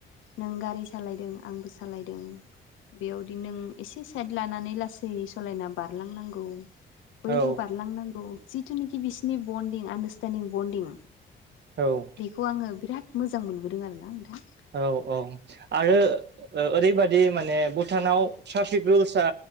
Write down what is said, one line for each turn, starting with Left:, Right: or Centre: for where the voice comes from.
Left: नों गारि सालायदों आंबो सालायदों बेआवदि नों एसे साइट लानानै लासै सालायना बारलांनांगौ
Right: औ
Left: बैबो बारलांनांगौ जिथुनिखि बिसिनि बन्दिं आन्दारस्टेनदिं बन्दिं
Right: औ
Left: बेखौ आङो बिराद मोजां मोनबोदों आरो ना नोंथां
Right: औ औ आरो ओ ओरैबादि दि माने
Left: औ
Right: भुटानाव ट्रापिक रुलसआ